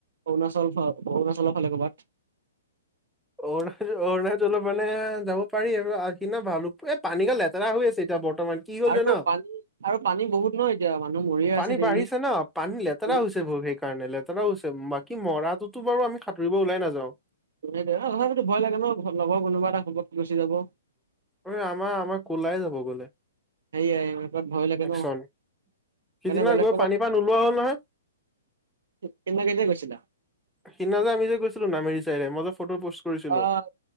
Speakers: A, on the right; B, in the centre.
A: অৰুণাচল ফা, অৰুণাচলৰ ফালে ক'বাত।
B: অৰুণাচল-অৰুণাচলত মানে যাব পাৰি আৰু আগদিনা ভাল, এই পানীগাল লেতেৰা হৈ আছে এতিয়া বৰ্তমান। কি হল
A: আৰু
B: জান,
A: পানী আৰু পানী বহুত ন এতিয়া মানুহ মৰিয়ে
B: পানী
A: আছে ডেইলি।
B: বাঢ়িছে ন পানী লেতেৰা
A: উম,
B: হৈছে বৰ বে কাৰণে, লেতেৰা হৈছে বাকী মৰাটোতো বাৰু আমি সাতুৰিব ওলাই নাযাওঁ।
A: <unintelligible> সেই তথাপিতো ভয় লাগে, লগৰ কোনোবা এটা ঘপক কে গুচি যাব।
B: ঐ, আমাৰ আমাৰ কলাই যাব গ'লে।
A: সেয়াই ভয় লাগে
B: একচন
A: ন,
B: সিদিনা
A: এনে বেলেগ
B: গৈ
A: কবাত?
B: পানীৰ পৰা নোলোৱা হ'ল নহয়
A: <unintelligible> গৈছিলা?
B: সিদিনা যে আমি যে গৈছিলো নামেৰি চাইডে মই যে ফটো পষ্ট কৰিছিলো,
A: অ'